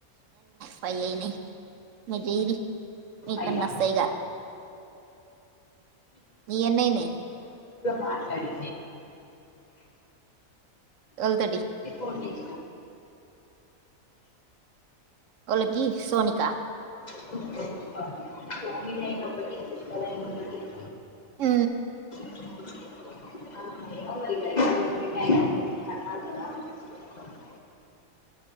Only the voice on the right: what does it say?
పైయి మజది మీక
నస్తాయిగా ఏమి అయయ
చల్తడి
ఒకలకి సోనికా
ఆ